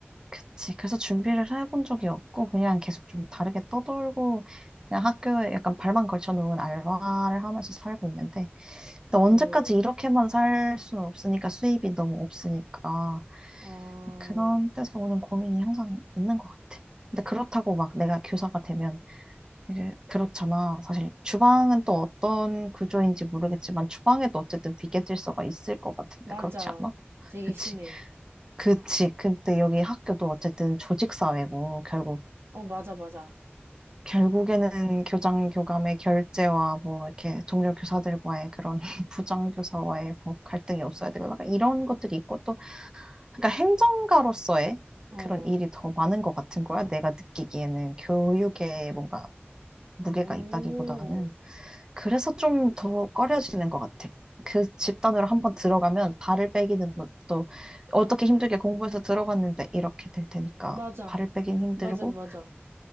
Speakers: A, on the right (about 20°); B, on the right (about 70°).
A: 그치. 그래서 준비를 해본 적이 없고 그냥 계속 좀 다르게 떠돌고 그냥 학교에 약간 발만 걸쳐놓은 알바를 하면서 살고 있는데 근데 언제까지
B: 응
A: 이렇게만 살 수는 없으니까 수입이 너무 없으니까
B: 어,
A: 그런 데서 오는 고민이 항상 있는 것 같아. 근데 그렇다고 막 내가 교사가 되면 이게 그렇잖아. 사실 주방은 또 어떤 구조인지 모르겠지만 주방에도 어쨌든 위계 질서가 있을 것 같은데
B: 맞아.
A: 그렇지 않아?
B: 되게
A: 그치.
B: 심해.
A: 그치. 근데 여기 학교도 어쨌든 조직 사회고 결국
B: 어, 맞아, 맞아.
A: 결국에는 교장 교감의 결제와 뭐 이렇게 동료 교사들과의 그런 <laughs> 부장 교사와의 뭐 갈등이 없어야 되고 약간 이런 것들이 있고 또 그러니까 행정가로서의
B: 어.
A: 그런 일이 더 많은 것 같은 거야. 내가 느끼기에는 교육에 뭔가 무게가
B: 오.
A: 있다기보다는. 그래서 좀 더 꺼려지는 것 같아. 그 집단으로 한번 들어가면 발을 빼기는 또 어떻게 힘들게 공부해서 들어갔는데 이렇게 될 테니까
B: 맞아.
A: 발을 빼긴 힘들고.
B: 맞아, 맞아.